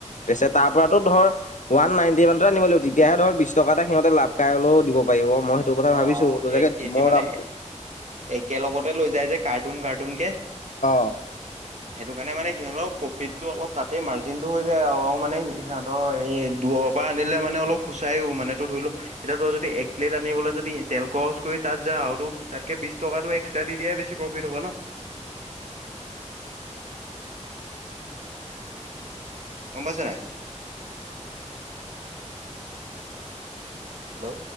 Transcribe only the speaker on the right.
অ
অ
এই সিহঁতি
মানে
একেলগতে লৈ যায় যে কাৰ্টুন, কাৰ্টুন কে
সেইটো কাৰণে মানে সিহঁতক। প্ৰফিতটো অলপ তাতেই মাৰ্জিনটো হৈ যায় আৰু মানে ইহঁতৰ এই দূৰৰ পৰা আনিলে মানে অল চাইও মানে তো ধৰি লো এতিয়া তই যদি এক প্লেট আনিবলৈ যদি তেল খৰচ কৰি তাত যাওঁ, তাতকে বিশ টকাটো এক্সট্ৰা দি দিয়াই বেছি প্ৰফিট হ'ব ন। <inaudible> গম পাইছে নাই। হেল্ল'।